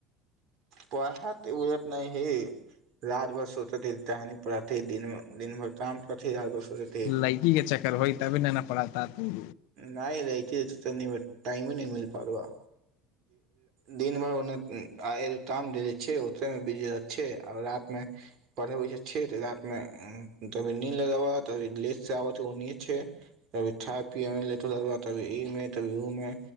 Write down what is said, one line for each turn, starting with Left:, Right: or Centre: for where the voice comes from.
Right: पढ़त त उलत न हे रात भर सोचे त पढ़े दिन दिन भर काम कर र भर सोचत हे
Left: लड़की के चक्कर होइ तभी न न पढ़ता हूँ
Right: नहि रत त टाइम नहि मिल प दिन भर ओाम छै ी अच्छे आ रात मे पढ़े छै रात मेी नी लगाब ती ले से आब छैभ ठ ेाद ई मे ती उ मे